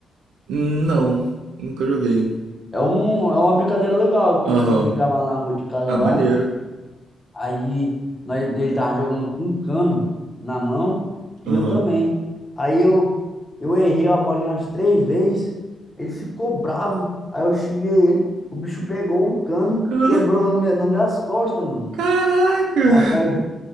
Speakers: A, on the right; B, on the left.
A: Não, nunca joguei.
B: É, um, é uma brincadeira legal que
A: Aham.
B: eu já brincava lá na rua de casa
A: Ah,
B: lá.
A: maneiro.
B: Aí nós, ele tava jogando com um cano na mão e
A: Aham.
B: eu também. Aí eu, eu errei a bolinha umas três vezes, ele ficou bravo. Aí eu xinguei ele, o bicho pegou o cano
A: Bacana.
B: e quebrou no meu, nas minhas costas, mano.
A: Caraca.
B: Rapaz,
A: <laughs>